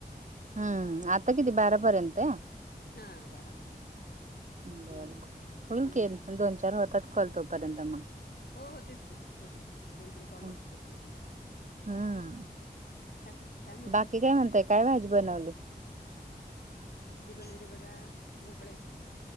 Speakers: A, on the right; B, on the left.
A: हम्म! आता किती बारापर्यंत.
B: हा बारापर्यंत.
A: बरर
B: हम्म
A: फल
B: हम्म
A: केन दोन चार होतात कॉल तोपर्यंत मग
B: हो होतीत की होते दोन तीन कॉल
A: हम्म
B: होते तो पण आपले
A: हम्म.
B: का काय म्हणतय
A: बाकी काय म्हणताय काय भाजी बनवली
B: भाजी बनवली बघा भोपळ्याची